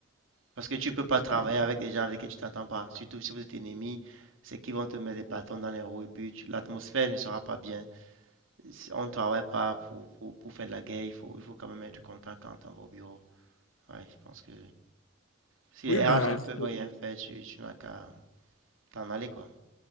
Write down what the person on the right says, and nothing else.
Parce que tu peux pas travailler avec des gens avec qui tu t'entends pas. Surtout si vous êtes ennemis, c'est qu'ils vont te mettre des bâtons dans les roues et puis tu- l'atmosphère ne sera pas bien. Si On ne travaille pas pour, pour, pour faire de la guerre, il faut, il faut quand même être content quand on va au bureau. Ouais, je pense que si les
RH ne peuvent
rien faire, tu, tu n'as qu'à t'en aller, quoi.